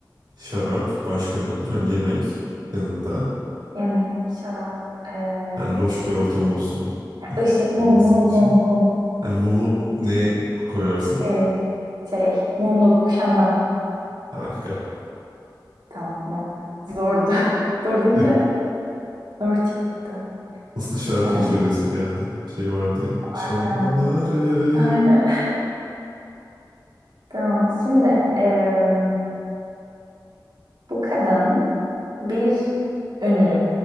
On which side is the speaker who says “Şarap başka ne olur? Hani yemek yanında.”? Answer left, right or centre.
Right